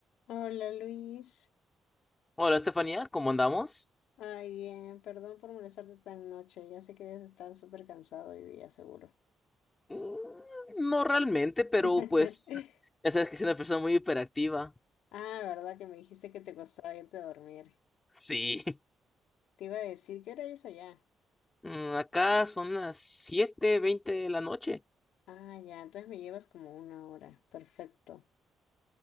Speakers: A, on the left; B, on the left.
A: Hola Luis,
B: Hola, Estefanía, ¿cómo andamos?
A: ay bien, perdón por molestarte tan noche, ya sé que debes estar súper cansado hoy día, seguro.
B: Mm, No realmente, pero
A: <laughs>
B: pues ya sabes que soy una persona muy hiperactiva.
A: Ah, verdad que me dijiste que te costaba irte a dormir.
B: Sí. <laughs>
A: Te iba a decir, ¿qué hora es allá?
B: Mm, Acá son las siete veinte de la noche.
A: Ah, ya, entonces me llevas como una hora, perfecto.